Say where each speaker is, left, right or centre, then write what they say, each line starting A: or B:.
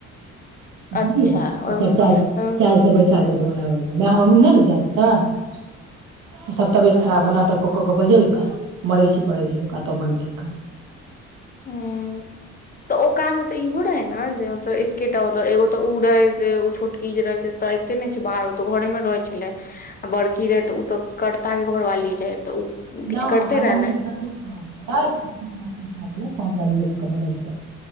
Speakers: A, on the right; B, on the left.
A: बुझलियै
B: अच्छा ओहिमे
A: सब चाल
B: हूँ
A: चाल से बस। चादर के बनाबै ल मैाय हमर नहि ने जााद तऽ। सब तबियत खराब के नाटक। कऽ केऽ बजेलका मरै छै पड़ै छै कतो बनबेलका।
B: ह तऽ ओ कमे तऽ ईहो रहै ने। ने जे एकेटा मतलब एगो ते रहे छोटकी जे रहे छै ते अबिते ने छै बाहर ओ ते घरे में रहे छले आ बड़की रहे ते ते करता के घरवाली रहे। तऽ ओ किछु
A: नहि हमरा
B: करते रहे
A: मम्मी
B: ने
A: के तखियो करल। <unintelligible> पलगैर क बनतै। <unintelligible>